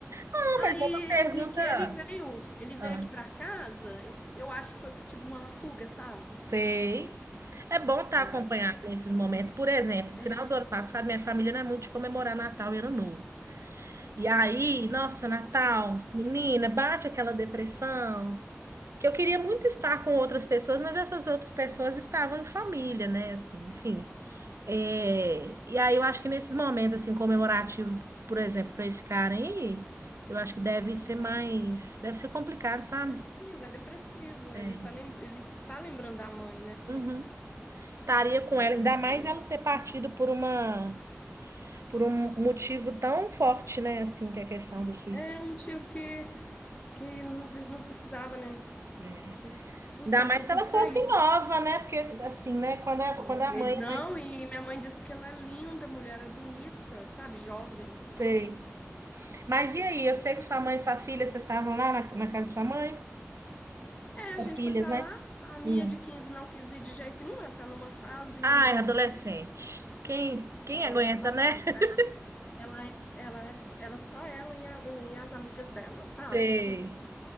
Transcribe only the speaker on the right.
Não,
mas é uma pergunta.
Ah,
sei. É bom estar
acompanhado nesses momentos. Por exemplo,
no final do ano passado, minha família não é muito de comemorar Natal e Ano Novo. E aí, nossa, Natal, menina, bate aquela depressão. que eu queria muito estar com outras pessoas, mas essas outras pessoas estavam em família, né? Assim, enfim.
É, e aí eu acho que nesses momentos assim comemorativo, por exemplo, para esse cara aí, eu acho que deve ser mais, deve ser complicado, sabe?
É.
Uhum. Estaria com
ela, ainda mais
ela
ter partido por uma, por um motivo tão forte, né? Assim, que é a questão do suicídio.
É.
Ainda
mais
se
ela
fosse nova, né? Porque assim, né? Quando a,
quando é a
mãe
é mais,
sei.
Mas e aí? Eu sei
que sua mãe e sua filha, vocês estavam lá na, na casa de sua mãe?
Suas
filhas,
né?
Hum.
Ai,
adolescente.
Quem, quem
aguenta,
né?
<laughs>
Sei.